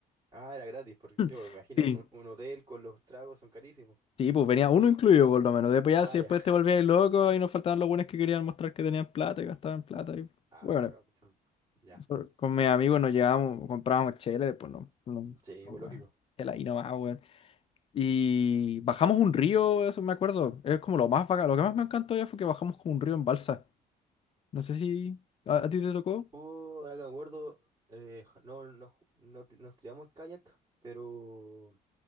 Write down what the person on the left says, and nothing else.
<laughs>
Sí,
sí, pues venía uno incluido por lo menos. Después ya,
si
después te volvíais loco y nos faltaban los buenos que querían mostrar que tenían plata y gastaban plata. Y...
Bueno,
nosotros con mis amigos nos llevábamos, comprábamos chela, y después no, no,
no,
chela y nomás, weón. Y bajamos un río, eso me acuerdo. Es como lo más bacán. Lo que más me encantó ya fue que bajamos como un río en balsa. No sé si... ¿A, a ti te tocó?